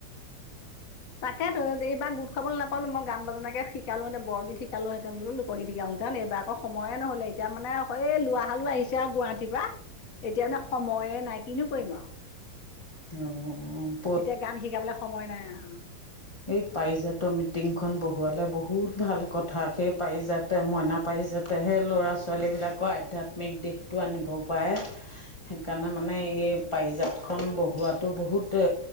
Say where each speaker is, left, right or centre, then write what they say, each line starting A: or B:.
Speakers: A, on the left (about 55°); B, on the left (about 20°).
A: তাকেটো এইবাৰ গোত খাব নাপালো মই গান বাজানাকে শিকালোহেঁতেন বৰগীত শিকালোহেতেন এইবাৰ আকৌ সময়ে নহলে এতিয়া মানে এই লৱাহালো আহিছে আৰু গুৱাহাটীৰ পৰা এতিয়া মানে সময়ে নাই কিনো কৰিম আৰু।
B: অহ।
A: তেতিয়া গান শিকাবলৈ সময় নাই অ।
B: সেই পাৰিজাতৰ মিটিংখন বহোৱালে বহুত ভাল কথা সেই পাৰিজাতে মইনা পাৰিজা তেহে ল'ৰা ছোৱালীবিলাকৰ আধ্যাত্মিক দিশটো আনিবও পাৰে। সেইকাৰণে মানে এই পাৰিজাত খম বহুৱাটো বহুত